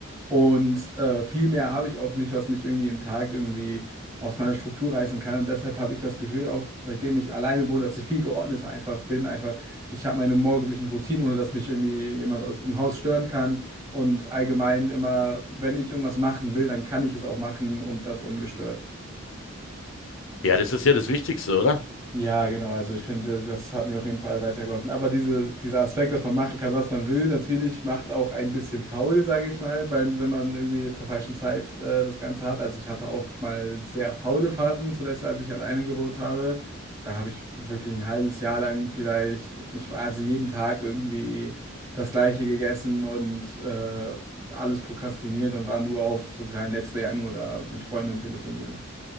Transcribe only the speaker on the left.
Ja, das ist ja das Wichtigste, oder?